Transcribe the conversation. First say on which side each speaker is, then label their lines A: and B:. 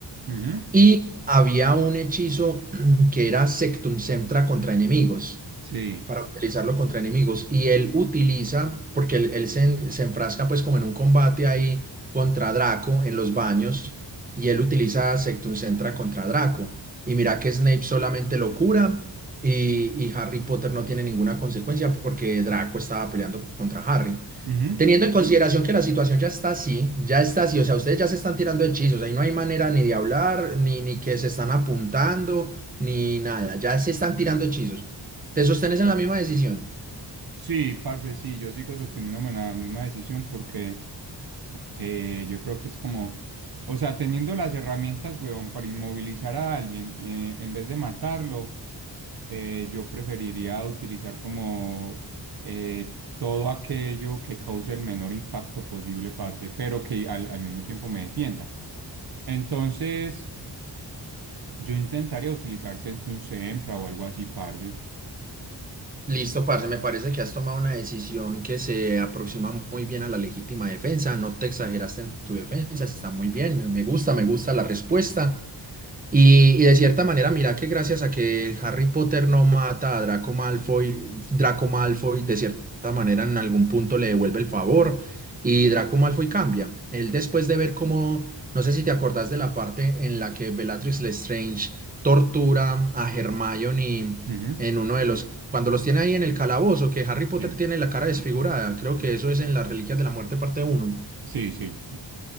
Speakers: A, on the right; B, on the right.
A: Ujú,
B: y había un hechizo <clears throat> que era Sectum Centra contra enemigos
A: Sí,
B: para utilizarlo contra enemigos. Y él utiliza, porque él, él se, en- se enfrasca pues como en un combate ahí contra Draco en los baños, y él utiliza Sectum Centra contra Draco. Y mira que Snape solamente lo cura y, y Harry Potter no tiene ninguna consecuencia porque Draco estaba peleando contra Harry.
A: ujú.
B: Teniendo en consideración que la situación ya está así, ya está así, o sea, ustedes ya se están tirando hechizos, ahí no hay manera ni de hablar, ni, ni que se están apuntando, ni nada, ya se están tirando hechizos. ¿Te sostenes en la misma decisión?
A: Sí, parce, sí, yo sigo sosteniéndome la misma decisión porque Eh, yo creo que es como, o sea, teniendo las herramientas, weón, para inmovilizar a alguien, eh, en vez de matarlo, eh, yo preferiría utilizar como eh, todo aquello que cause el menor impacto posible, parce, pero que al, al mismo tiempo me defienda. Entonces, yo intentaría utilizar Centun Sempra o algo así, parce.
B: Listo, parce, me parece que has tomado una decisión que se aproxima muy bien a la legítima defensa, no te exageraste en tu defensa, está muy bien, me me gusta, me gusta la respuesta. Y, y de cierta manera, mira que gracias a que Harry Potter no mata a Draco Malfoy, Draco Malfoy de cierta manera en algún punto le devuelve el favor y Draco Malfoy cambia. Él después de ver cómo, no sé si te acordás de la parte en la que Bellatrix Lestrange tortura a Hermione
A: Ujú,
B: en uno de los, cuando los tiene ahí en el calabozo, que Harry Potter
A: bien.
B: tiene la cara desfigurada, creo que eso es en las Reliquias de la Muerte parte uno
A: Sí, sí.